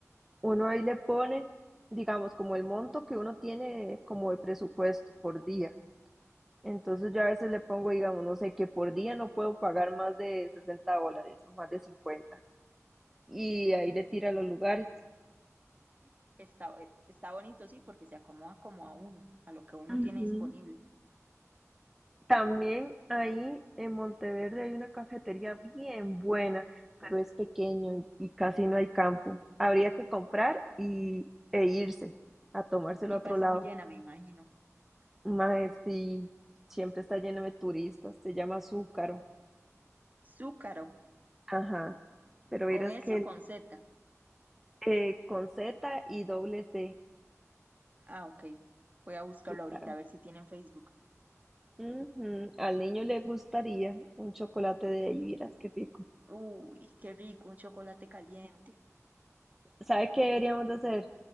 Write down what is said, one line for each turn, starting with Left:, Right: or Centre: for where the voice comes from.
Centre: uno ahí le pone, digamos, como el monto que uno tiene como de presupuesto por día. Entonces
Right: Ajá.
Centre: yo a veces le pongo, digamos, no sé, que por día no puedo pagar más de 60 dólares o más de cincuenta Y ahí le tira los lugares.
Right: Está, eh, está bonito, sí, porque se acomoda como a uno, a lo que uno
Centre: Ujú.
Right: tiene disponible.
Centre: También ahí en Monteverde hay una cafetería bien buena, pero es pequeño y, y casi no hay campo. Habría que comprar
Right: Pa-
Centre: y, e irse a tomárselo
Right: y
Centre: a otro
Right: pasa
Centre: lado.
Right: muy llena, me imagino.
Centre: Mae, sí, siempre está lleno de turistas, se llama Zúcaro.
Right: Zúcaro,
Centre: Ajá, pero
Right: ¿con
Centre: verás
Right: S
Centre: que
Right: o con Z?
Centre: eh, con Z y doble C,
Right: Ah, ok. Voy a buscarlo
Centre: Zúcaro.
Right: ahorita, a ver si tiene en Facebook.
Centre: Ujú, Al niño le gustaría un chocolate de ahí, vieras qué rico.
Right: Uy, qué rico, un chocolate caliente.
Centre: ¿Sabe qué deberíamos de hacer?